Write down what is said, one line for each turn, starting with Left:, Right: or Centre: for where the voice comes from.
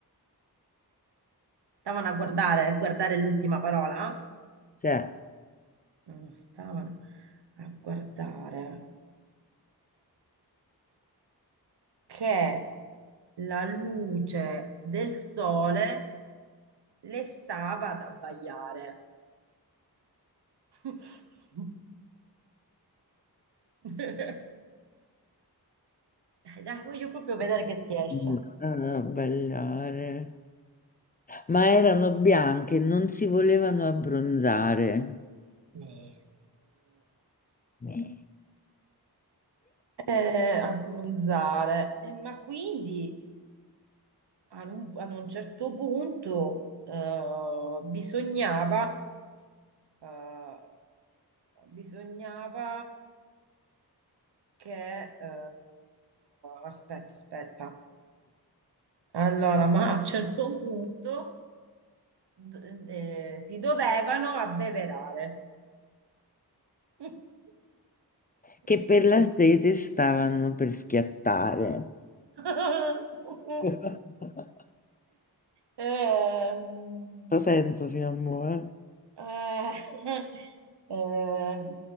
Right: Stavano a guardare, guardare l'ultima parola.
Left: se
Right: non stavano a guardare che la luce del sole le stava ad abbagliare. <laughs> Dai, dai, voglio proprio vedere che ti esce.
Left: Mm, ah, ballare. Ma erano bianche, non si volevano abbronzare,
Right: Eh,
Left: Eh.
Right: eh, abbronzare. Eh, ma quindi ad un, ad un certo punto eh, bisognava, eh, bisognava che... eh, aspetta, aspetta. Allora, ma a un certo punto d- eh, si dovevano abbeverare. <laughs>
Left: che
Right: Così.
Left: per la sete stavano per schiattare.
Right: <laughs>
Left: <laughs>
Right: Ehm,
Left: Ha senso fino a mo', eh?
Right: eh, ehm,